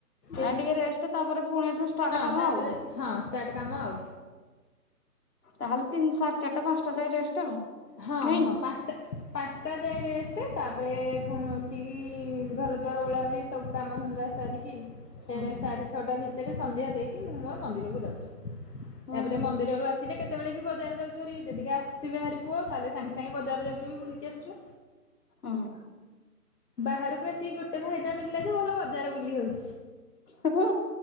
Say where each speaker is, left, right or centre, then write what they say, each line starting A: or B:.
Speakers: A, on the left (about 80°); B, on the left (about 65°).
A: ଏ
B: ଆ ଟିକେ ରେଷ୍ଟ ତାପରେ ପୁଣି ହେଠୁ ଷ୍ଟାର୍ଟ
A: ହଁ
B: କାମ
A: ତାପରେ
B: ଆଉ।
A: ହଁ ଷ୍ଟାର୍ଟ କାମ ଆଉ
B: ତାହେଲେ ତିନି ସାଢ ଚାରିଟା ପାଞ୍ଚଟା ଯାଏ ରେଷ୍ଟ୍ ଆଉ।
A: ହଁ
B: ନାଇଁ
A: ହଁ ପାଞ୍ଚଟା ପାଞ୍ଚଟା ଯାଏ ରେଷ୍ଟ ତାପରେ ପୁଣି ଉଠିକି ଘର ଦ୍ୱାର ଓଳା ଓଳି ସବୁ କାମ ଧନ୍ଦା ସାରିକି
B: ହୁଁ
A: ଏଣେ ସାଢେ ଛଅଟା ଭିତେରେ ସନ୍ଧ୍ୟା ଦେଇକି ମୁଁ ମୋର ମନ୍ଦିରକୁ ଯାଉଚି
B: ହଉ
A: ତାପରେ ମନ୍ଦିର୍ ଜାରୁ ଆସିଲେ କେତେବେଳେ ବି ବଜାର ଯାଉଚୁ ହାରି ଯଦିକେ ଆସିବେ ହାରି ପୁଅ ତାହେଲେ ସାଙ୍ଗ୍ ସାଙ୍ଗେ ବଜାର ଯାଉଚୁ ବି ବୁଲିକି ଆସୁଚୁ।
B: ଓ ହୋ।
A: ବାହାରକୁ ଆସି ଗୋଟେ ଫାଇଦା ମିଳିଲା ଯେ ଭଲ ବଜାର ବୁଲି ହଉଚି।
B: ଶାଶୁ